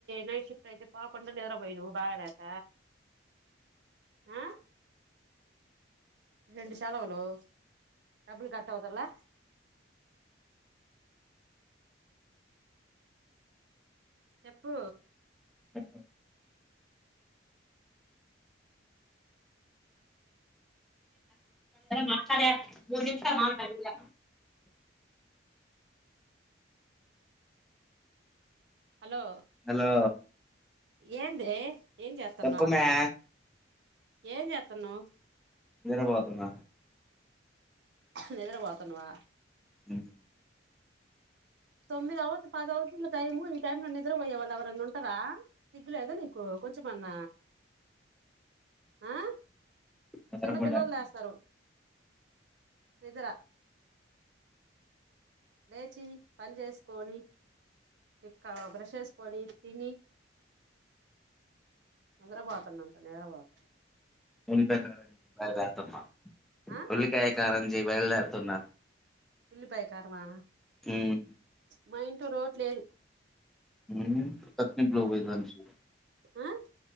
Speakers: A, on the right; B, in the centre.
A: నైట్ షిఫ్ట్ అయితే పాకుండా నిద్ర పోయినవు బాగాలేక ఆ రెండు సెలవులు డబ్బులు కట్ అవ్వటం లే చెప్పు
B: సఓ మాట్లాడ మూడు నిమిషాలు అగు మరి ఇగ
A: హలో
B: హలో
A: ఏందీ ఏం చేతన్నావ్
B: చెప్పు మే
A: ఏం చేతన్నావ్
B: నిద్ర పోతున్న
A: నిదుర పోతున్నవా
B: ఉమ్
A: తొమ్మిది అవత పదైవతుంది టైము ఈ టైంలో లో నిద్రపో పోయే వాళ్ళు ఎవరన్న ఉంటరా సిగ్గు లేదు నీకు కొంచెం అన్న ఆ
B: నిద్రపోడానికి
A: చిన్న పిల్లలు లేస్తరు నిదర లేచి పని జేస్కోని చిక్కగ బ్రెష్ చేసుకోని తిని నిదర బోతున్నంట నిదుర బోతున్న
B: ఉల్లిపాయ కారం చేయ్ బయలు దేరుతున్న,
A: ఆ
B: ఉల్లికాయ కారం చేయ్ బయలు దేరుతున్న
A: ఉల్లిపాయ కారమా
B: ఉమ్
A: మా ఇంట్లో రోట్ లేదు
B: ఊమ్ పక్కింట్లో పోయి దంచు
A: ఉమ్